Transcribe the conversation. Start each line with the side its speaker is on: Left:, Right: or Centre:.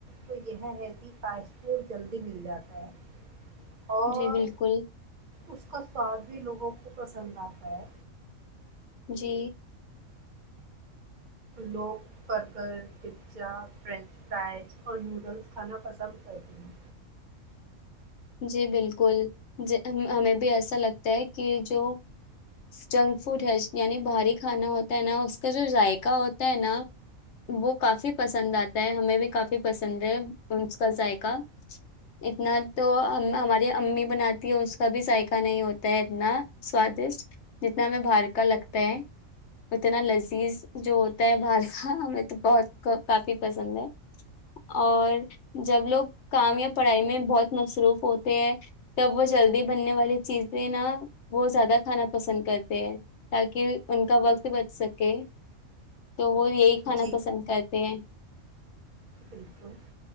Right: تو یہ ہے کہ کاشت تھ جلدی مل جاتا ہے اور
Left: جی بالکل
Right: اس کا سواد بھی لوگوں کو پسند آتا ہے
Left: جی
Right: لوگ برگر پزا فرینچ فرائز اور نوڈلز کھانا پسند کرتے ہیں
Left: جی بالکل ہمیں بھی ایسا لگتا ہے کہ جو جنک فوڈ ہے یعنی باہاری کھانا ہوتا ہے نا اس کا جو ذائقہ ہوتا ہے نا وہ کافی پسند آتا ہے ہمیں بھی کافی پسند ہے اس کا ذائقہ اتنا تو ہم ہماری امی بناتی ہے اس کا بھی ذائقہ نہیں ہوتا ہے اتنا سوادشٹ جتنا ہمیں بار کا لگتا ہے اتنا لذیذ جو ہوتا ہے بار کا ہمیں تو بہت کافی پسند ہے اور جب لوگ کام یا پڑھائی میں بہت مصروف ہوتے ہیں تب وہ جلدی بننے والی چیزیں نا وہ زیادہ کھانا پسند کرتے ہیں تاکہ ان کا وقت بچ سکے تو وہ یہی کھانا
Right: جی
Left: پسند کرتے ہیں
Right: بال